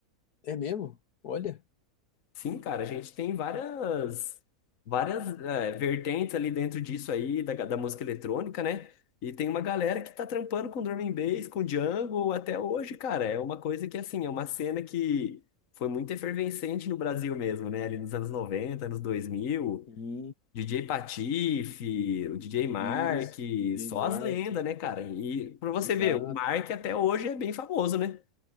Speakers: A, on the left (about 80°); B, on the left (about 60°).
A: É mesmo? Olha.
B: Sim, cara, a gente tem várias, várias é, vertentes ali dentro disso aí, da, da música eletrônica, né? E tem uma galera que tá trampando com drum and bass, com jungle até hoje, cara. É uma coisa que, assim, é uma cena que foi muito efervescente no Brasil mesmo, né? Ali nos anos 90 anos 2000,
A: Sim,
B: DJ Patife, o DJ Mark,
A: isso, DJ
B: só
A: Mark,
B: as lendas, né, cara? E pra você
A: exato.
B: ver, o Mark até hoje é bem famoso, né?